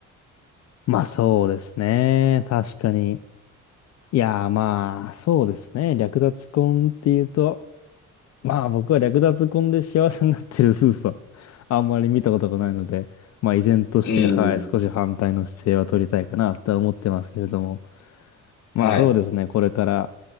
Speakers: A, on the left; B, on the left.
A: まあ、そうですね。確かに。いやーまあ、そうですね。略奪婚っていうと、まあ僕は略奪婚で幸せになってる夫婦は <laughs> あんまり見たことがないので、まあ依然として、
B: うん。
A: はい、少し反対の姿勢は取りたいかなとは思ってますけれども。まあそうですね。
B: はい。
A: これから、